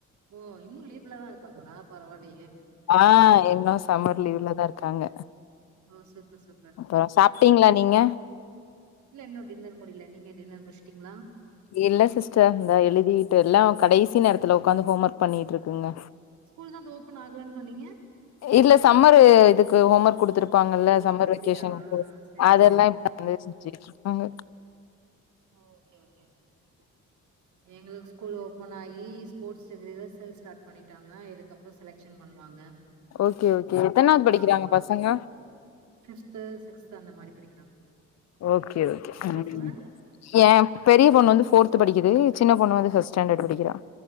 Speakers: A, on the right; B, on the left.
A: ஓ இன்னு லீவ்லதாயிர்க்காங்ளா பர்வாயிலையே
B: ஆ இன்னு சம்மர் லீவ்லதாயிர்க்காங்க
A: ஓ சூப்பர் சூப்பர்
B: அப்பறோ சாப்ட்டீங்ளா நீங்க
A: இல்ல இன்னு டின்னர் முடில நீங்க டின்னர் முட்ச்சிட்டீங்ளா
B: இல்ல சிஸ்டர் இந்த எழுதிட்டு எல்லா கடைசி நேரத்துல ஒக்காந்து ஹோமர்க் பண்ணிட்டு இருக்குங்க
A: ஸ்கூல் தாதோ ஓப்பன் ஆகலன் சொன்னீங்க
B: இல்ல சம்மரு இதுக்கு ஹோமர்க் குடுத்துருப்பாங்கல்ல
A: ஓ
B: சம்மர்
A: அப்படியா
B: வகேஷன்க்கு
A: செரி
B: அதெல்லா
A: செரி
B: <unintelligible> காங்க
A: ஓ ஓகே ஓகே சிஸ் எங்ளுக் ஸ்கூல் ஒ போனகி ஸ்போட்ஸ் ரிஹசல் ஸ்டாட் பண்ணிட்டாங்க இதுக்கப்றோ செலக்ஷன் பண்ணுவாங்க
B: ஓகே ஓகே எத்தனாவ்து படிக்கிறாங்க
A: ஆமா
B: பசங்க
A: ஃபிப்து சிக்ஸ்து அந்த மாரி படிக்
B: ஓகே ஓகே ம்
A: பசங்க
B: எ பெரி பொண்ணு வந்து ஃபோர்த் படிக்குது சின்ன பொண்ணு வந்து ஃபஸ்ட் ஸ்டாண்டர்ட் படிக்கிறா